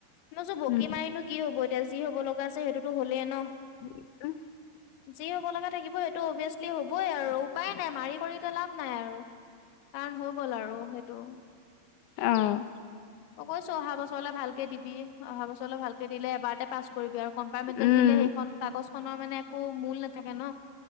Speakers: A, on the left; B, on the left.
A: নই চো বকী
B: উম
A: মাৰিনো কি হ'ব এতিয়া যি হ'ব লগা আছে সেইটোতো হ'লেই ন
B: <inaudible>
A: যি হ'ব লগা থাকিব সেইটো অভিয়াচলি হ'বই আৰু উপায় নাই মাৰি কৰিতো লাভ নাই আৰু কাম হৈ গ'ল আৰু সেইটো
B: অঁ।
A: অই কৈছো অহা বছৰলৈ ভালকে দিবি অহা বছৰলৈ ভালকে দিলে এবাৰতে পাছ কৰিবি আৰু কম্পাৰমেণ্টেল
B: উম
A: দিলে সেইখন কাগজ খনৰ মানে একো মূল নাথাকে ন